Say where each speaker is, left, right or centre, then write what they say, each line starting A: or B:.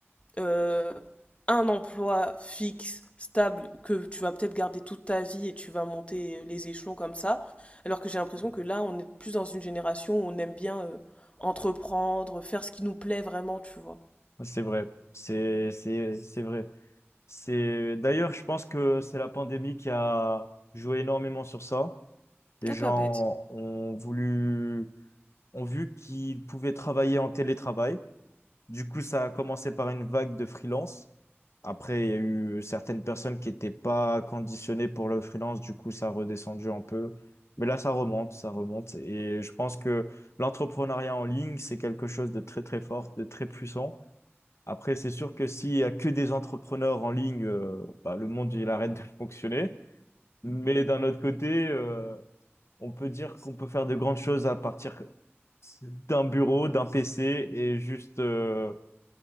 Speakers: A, on the left; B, on the left.
A: euh, un emploi fixe, stable, que tu vas peut-être garder toute ta vie et tu vas monter les échelons comme ça. Alors que j'ai l'impression que là, on est plus dans une génération où on aime bien euh, entreprendre, faire ce qui nous plaît vraiment, tu vois.
B: C'est vrai. C'est, c'est, c'est vrai. C'est d'ailleurs, je pense que c'est la pandémie qui a joué énormément sur ça. Les
A: Ah,
B: gens
A: pas bête.
B: ont voulu, ont vu qu'ils pouvaient travailler en télétravail. Du coup, ça a commencé par une vague de freelance. Après, il y a eu certaines personnes qui n'étaient pas conditionnées pour le freelance. Du coup, ça a redescendu un peu. Mais là, ça remonte, ça remonte. Et je pense que l'entrepreneuriat en ligne, c'est quelque chose de très, très fort, de très puissant. Après, c'est sûr que s'il y a que des entrepreneurs en ligne, euh, bah, le monde, il arrête de <laughs> fonctionner. Mais d'un autre côté, euh, on peut dire qu'on peut faire de grandes choses à partir d'un bureau, d'un PC et juste euh,